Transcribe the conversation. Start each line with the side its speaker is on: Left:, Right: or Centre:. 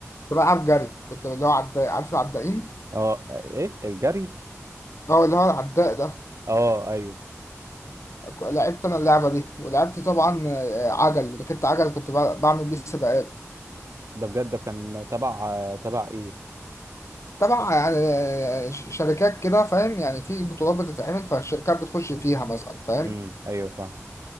Left: كنت بلعب جري كنت اللي هو عداء عارف العدائين؟
Right: اه ايه الجري
Left: اه اللي هو العداء ده
Right: اه ايوه
Left: لعبت انا اللعبه دي ولعبت طبعا آه، عجل ركبت عجل كنت بع- بعمل بيه سباقات
Right: ده بجد ده كان تبع تبع ايه
Left: طبعا يعني آه، ش- شركات كده فاهم يعني في بطولات بتتعمل فالشركات بتخش فيها مثلا فاهم
Right: امم ايوه فاهم